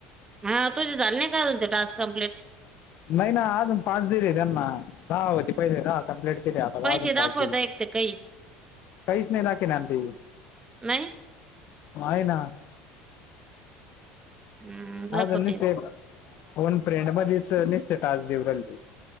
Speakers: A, on the right; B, on the left.
A: हा तुझे झाले नाही का अजून ते टास्क कम्प्लीट?
B: नाही ना अजून पाच दिले त्यांना दहा होते पहिले दहा कंप्लीट केले आता
A: पैसे
B: अजून
A: दाखवता
B: पाच दिले
A: एक ते काही
B: काहीस नाय. <unintelligible>
A: नाही
B: होय ना.
A: हम्म, दाखवते
B: हा गं निसते फोन फ्रेंड मध्येच निसते टास्क देऊ राहील ते.